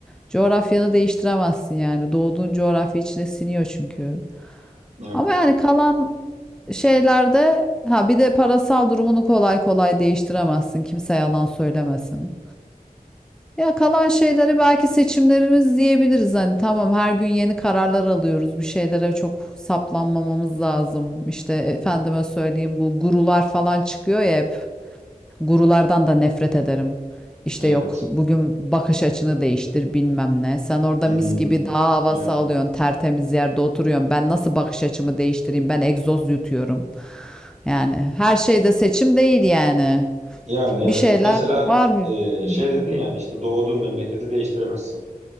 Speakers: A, in the centre; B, on the right (about 50°).
A: Coğrafyanı değiştiremezsin yani. Doğduğun coğrafya içine siniyor çünkü.
B: Evet,
A: Ama yani kalan şeylerde ha bir de parasal durumunu kolay kolay değiştiremezsin. Kimse yalan söylemesin. Ya kalan şeyleri belki seçimlerimiz diyebiliriz. Hani tamam her gün yeni kararlar alıyoruz. Bir şeylere çok saplanmamamız lazım. İşte efendime söyleyeyim bu gurular falan çıkıyor ya hep. Gurulardan da nefret ederim. İşte
B: evet.
A: yok bugün bakış açını değiştir bilmem ne. Sen orada
B: Hmm,
A: mis gibi dağ havası
B: evet.
A: alıyorsun, tertemiz yerde oturuyorsun. Ben nasıl bakış açımı değiştireyim? Ben egzoz yutuyorum. Yani her şeyde seçim değil yani.
B: Yani evet.
A: Bir şeyler
B: Mesela
A: var. bir-
B: e,
A: Hı
B: şey
A: hı.
B: dedin yani işte doğduğun memleketi değiştiremezsin.